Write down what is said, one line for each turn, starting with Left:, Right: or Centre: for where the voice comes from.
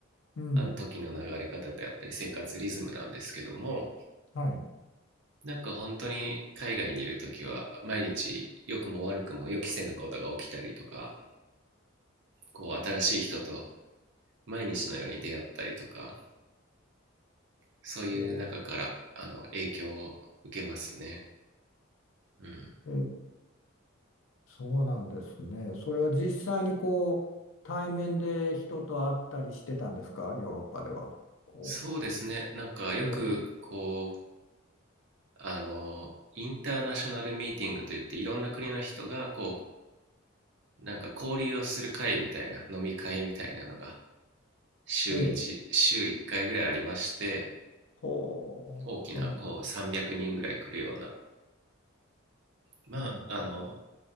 Left: うん、
Right: あの時の流れ方であったり生活リズムなんですけども
Left: はい。
Right: なんか本当に海外にいる時は毎日良くも悪くも予期せぬことが起きたりとかこう新しい人と毎日のように出会ったりとかそういう中からあの影響を受けますね。
Left: おー
Right: うん、
Left: えそうなんですね。それは実際にこう、対面で人と会ったりしてたんですかヨーロッパでは。こ
Right: そうですねなんかよくこう
Left: う、え
Right: あの、インターナショナルミーティングといっていろんな国の人がこう、なんか交流をする会みたいな、飲み会みたいなのが週1、
Left: え、ええ、
Right: 週1回ぐらいありまして、
Left: ほう、
Right: 大きなこう300人ぐらい来るような、
Left: そういうのがあるんだ。
Right: まあ、
Left: うん、
Right: あの、
Left: うん、